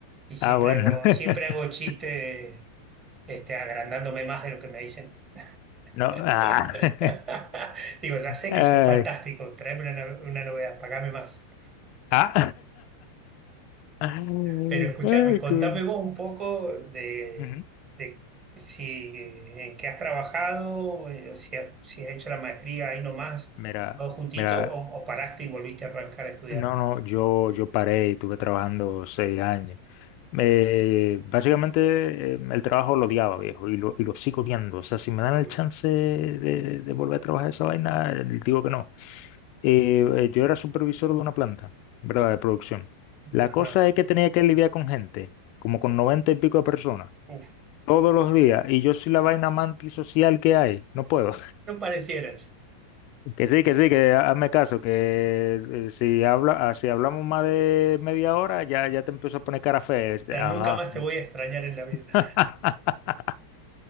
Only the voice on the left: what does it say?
ah, bueno.
<laughs>
No, ah.
<laughs>
Ay,
ah. <laughs> Ay,
cool.
Ujú.
Mira.
Mira,
No, no, yo, yo paré y estuve trabajando seis años. Eh, básicamente eh, el trabajo lo odiaba, viejo, y lo, y lo sigo odiando. O sea, si me dan
el chance de, de volver a trabajar esa vaina, eh, digo que no. Eh, eh, yo era supervisor de una planta, ¿verdad? De producción. La
cosa es que tenía que lidiar con gente, como con noventa y pico de personas,
todos los días, y yo soy la vaina más antisocial que hay. No puedo.
Que sí, que sí, que ha- hazme caso, que eh, si habla, ah, si hablamos más de media hora, ya, ya te empiezo a poner cara fea. este,
Ajá.
<laughs>